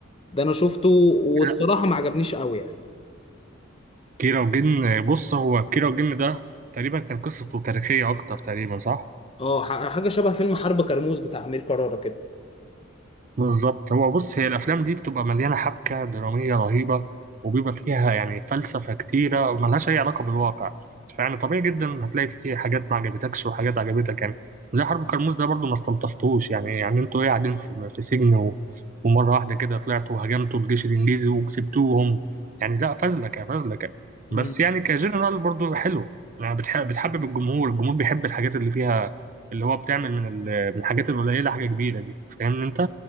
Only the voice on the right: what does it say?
كيرة
كيرة والجن بص هو كيرة والجن ده تقريبا كان قصته تاريخية أكتر تقريبا صح؟
بالظبط هو بص هي الافلام دي بتبقى مليانه حبكه دراميه رهيبه وبيبقى فيها يعني فلسفه كتيره ملهاش اي علاقه بالواقع فيعني طبيعي جدا هتلاقي فيه حاجات ما عجبتكش وحاجات عجبتك يعني زي حرب كرموز ده برضو ما استلطفتوش يعني يعني انتوا ايه قاعدين في, في سجن و... ومره واحده كده طلعتوا وهجمتوا الجيش الانجليزي وكسبتوهم يعني لا فازلكه فازلكه
بس يعني كجنرال برضو حلو يعني بتح... بتحبب الجمهور الجمهور بيحب الحاجات اللي فيها اللي هو بتعمل من ال... من الحاجات القليله حاجه كبيره دي فاهمني انت